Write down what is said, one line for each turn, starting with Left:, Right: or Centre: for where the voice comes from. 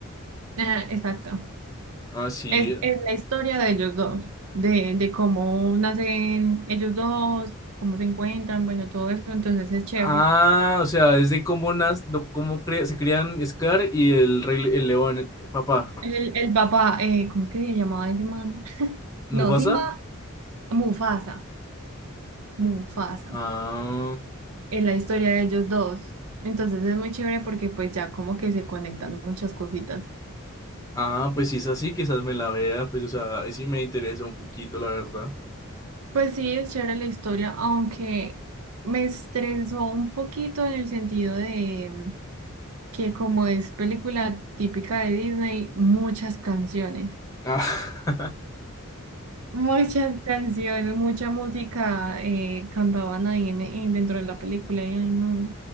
Right: Ah, exacto.
Left: Ah, sí.
Right: Es, es la historia de ellos dos, de, de cómo nacen ellos dos, cómo se encuentran, bueno, todo eso, entonces es chévere.
Left: Ah, o sea, es de cómo, nas... do- cómo cre- se crían Scar y el rey el león. Papá,
Right: El, el papá, eh, ¿cómo es que se llamaba ese man? No,
Left: ¿Mufasa?
Right: Simba, Mufasa, Mufasa,
Left: Ah,
Right: en la historia de ellos dos. Entonces es muy chévere porque pues ya como que se conectan muchas cositas.
Left: ah, pues si es así, quizás me la vea. Pues, o sea, ahí sí me interesa un poquito, la verdad.
Right: Pues sí, es chévere la historia, aunque me estresó un poquito en el sentido de mm, que como es película típica de Disney, muchas canciones.
Left: Ah, <laughs>
Right: Muchas canciones, mucha música eh, cantaban ahí en, en- dentro de la película y ay, no.